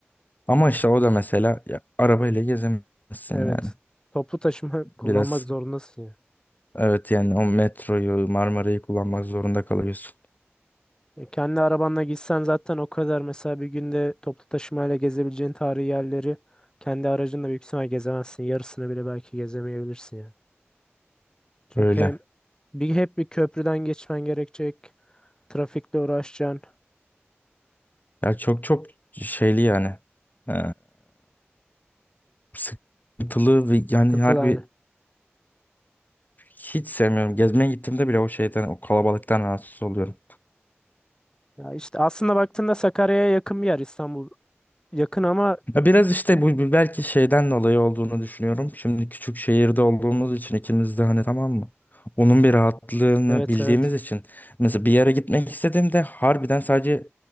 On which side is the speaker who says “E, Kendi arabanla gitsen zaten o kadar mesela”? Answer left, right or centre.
Left